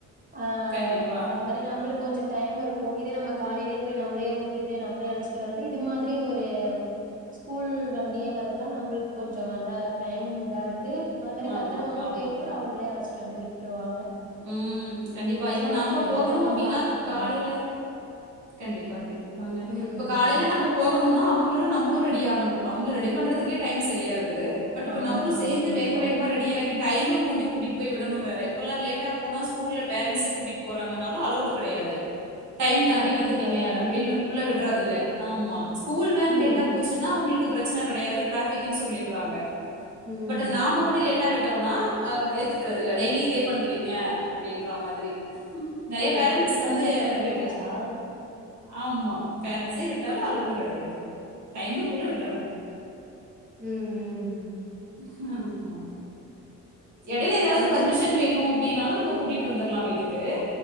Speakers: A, on the right; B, on the right.
A: ஆ
B: கண்டிப்பா.
A: அது மாரி நம்மளு கொஞ்சோ டைம் இருக்கு இதே நம்ம காலையிலயே போய் நம்ளே விட்டுட்டு நம்ளே அழைச்சிட்டு வருது இது மாதிரி ஒரு ஸ்கூல் வண்டியே வரதுனால நம்மளுக்கு கொஞ்சோ நல்ல டைம் இதாருக்கு அது மாரி
B: ஆமா,
A: பத்தரமாவு
B: ஆமா.
A: போய்ட்டு அவுங்களே அழச்சிட்டு வந்து விட்டுருவாங்க
B: ம் கண்டிப்பா இப்ப
A: சரிங்க
B: நாம்ப
A: தோழி
B: போகணு
A: பத்திரமா
B: அப்டின்னா
A: பாத்துக்கோங்க
B: காலையில கண்டிப்பா கண்டிப்பாங்க
A: ம்
B: இப்ப காலையில நம்ம போகணுனா அவுங்களோட நம்மளு ரெடி ஆகணு அவுங்கள ரெடி பண்றதுக்கே டைம் சரியா இருக்குது பட் இப்ப
A: ஆமாங்க
B: நம்மளலு
A: தோழி
B: சேந்து
A: கண்டிப்பா
B: வேக வேகமா ரெடி ஆகி டைமுக்கு கொண்டி கூட்டி போய் விடணு வேற இப்பல்லா லேட்டா போனா ஸ்கூல்ல பேரன்ட்ஸே கூட்டி போறாங்கன்னாலு அலோடு கெடையாது டைம் தாண்டி
A: ஓ அப்டிங்களா
B: வந்துட்டீங்க
A: தோழி
B: அப்டின்னு உள்ள விடுறதில்ல ஆமா ஸ்கூல் வேன்
A: ம்
B: லேட்டா போச்சு னா அவுங்களுக்கு பிரச்சன கெடையாது டிராபிக்னு சொல்லிடுறாங்க
A: ம்
B: பட் அது நாம கூடி லேட்டா விட்டோனா அ ஏத்துக்கறதில்ல டெய்லி இதே பண்றீங்க அப்டின்ற மாதிரி நெறைய
A: ஓ
B: பேரண்ட்ஸ்
A: இப்டிலா
B: வந்து
A: வேற இப்ப மாறிடுச்சா
B: வீட்ல ஆமா பேரண்ட்ஸே விட்டாலு அலோடு கெடையாது டைமுக்குள்ள விட்றனு
A: ம்
B: ஹாமா எடையில எதாது
A: நீங்க
B: பர்மிஷன்
A: சொ
B: வேணு அப்டினாலு நம்ம கூட்டிட்டு வந்தர்லா வீட்டுக்கு